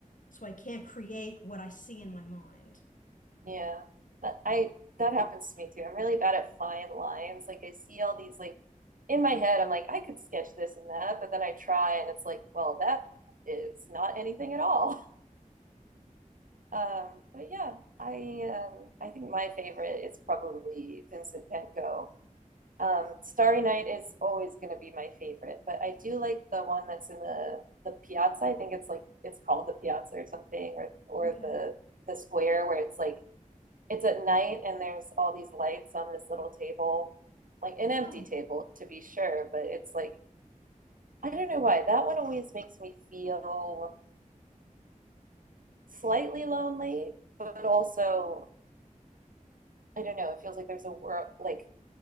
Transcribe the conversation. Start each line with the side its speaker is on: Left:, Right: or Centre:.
Left: So I can't create what I see in my mind.
Right: yeah, that, I that happens to me too. I'm really bad at fine lines. Like I see all these like in my head, I'm like I could sketch this and that, but then I try and it's like, well, that is not anything at all. Um, but yeah, I um, I think my favorite is probably Vincent Van Gogh. Um, Starry Night is always going to be my favorite, but I do like the one that's in the the piazza. I think it's like it's called the piazza or something, or or
Left: Okay.
Right: the the square where it's like it's at night and there's all these lights on this little table, like an empty
Left: Oh,
Right: table to be sure, but it's like I don't know why that one always makes me feel slightly lonely, but also I don't know. It feels like there's a world, like